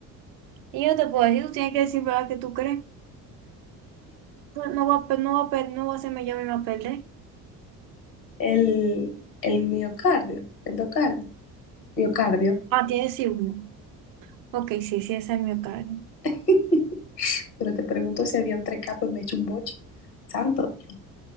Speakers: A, on the right; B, on the left.
A: Y yo te puedo decir, tú tienes que decir, ¿verdad? Que tú crees. No va a, pe- no va a, pe- no va a hacerme yo misma perder.
B: El, el miocardio, endocardio, miocardio.
A: Ah, tienes sí uno. Ok, sí, sí, esa es mi carga.
B: <laughs> Pero te pregunto si habían tres capas y me echo un boche. Santo. Dios.